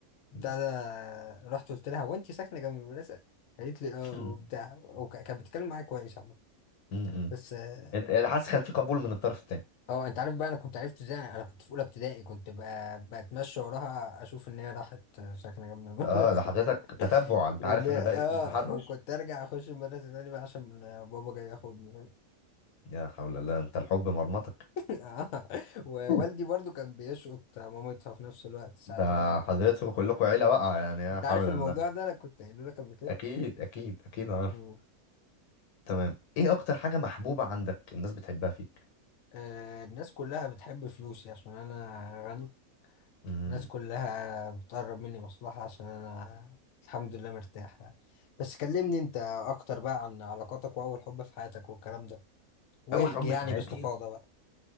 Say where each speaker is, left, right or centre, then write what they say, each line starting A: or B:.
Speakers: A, on the left; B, on the left.
A: م.
B: بتاع ده آه، رحت قلت لها هو انت ساكنه جنب المدرسه قالت لي اه
A: م-
B: وبتاع وكانت بتتكلم معايا كويس عامه
A: م.
B: بس آه،
A: <laughs> انت أنا حاسس كان في قبول من الطرف التاني
B: اه انت عارف بقى انا كنت عرفت ازاي انا كنت في اولى ابتدائي كنت بقى بتمشى وراها اشوف ان هي راحت ساكنه جنب المدرسه
A: اه ده حضرتك
B: <laughs>
A: تتبع انت
B: لان
A: عارف
B: اه
A: ان ده اسمه تحرش
B: وكنت ارجع اخش المدرسه تاني بقى عشان بابا جاي ياخدني
A: يا حول الله انت الحب مرمطك
B: <laughs> اه ووالدي
A: <laughs>
B: برضو كان بيشقط مامتها في نفس الوقت ساعه
A: ده
B: لما
A: حضرتكم كلكم عيلة واقعة يعني يا
B: انت
A: حول
B: عارف
A: الله
B: الموضوع ده انا كنت قايله لك قبل كده
A: اكيد اكيد اكيد عارف
B: مم.
A: تمام ايه اكتر حاجة محبوبة عندك الناس بتحبها فيك
B: آه الناس كلها بتحب فلوسي عشان انا غني
A: امم
B: الناس كلها بتقرب مني مصلحة عشان أنا الحمد لله مرتاح يعني بس كلمني أنت أكتر بقى عن علاقاتك وأول حب في حياتك والكلام ده واحكي
A: اول حب
B: يعني
A: في حياتي
B: باستفاضة بقى